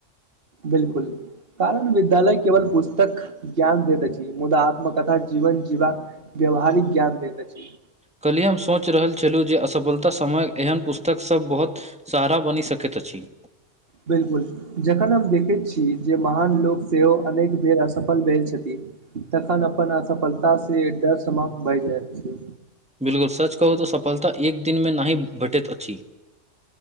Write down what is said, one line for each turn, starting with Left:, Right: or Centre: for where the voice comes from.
Right: बिलकुल कारण विद्यालय केवल पुस्तक ज्ञान दैत अछि मुदा आत्मकथा जीवन जीवाक व्यवहारिक ज्ञान देैत अछि
Centre: कैल्हि हम सोचि रहल छलहुँ जे असफलता समय एहन पुस्तक सब बहोत सहारा बनी सकैत अछि
Right: बिलकुल जखन हम देखैत छी जे महान लोक सेहो अनेक बेर असफल भेल छथि तखन अपन असफलता से डर समाप्त भए जायत छी
Centre: बिलकुल सच कहू तऽ सफलता एक दिन मे नाही भेटैत अछि